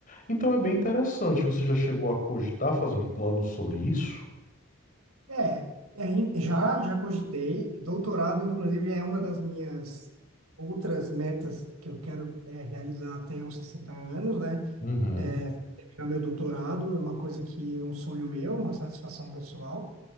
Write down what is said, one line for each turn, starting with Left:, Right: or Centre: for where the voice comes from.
Left: Então é bem interessante. Você já chegou a cogitar fazer um plano sobre isso?
Right: É, é, in- já, já cogitei. Doutorado, inclusive, é uma das minhas outras metas que eu quero é, realizar até os 60 anos, né?
Left: Uhum,
Right: É, terminar meu doutorado é uma coisa que é um sonho meu, uma satisfação pessoal.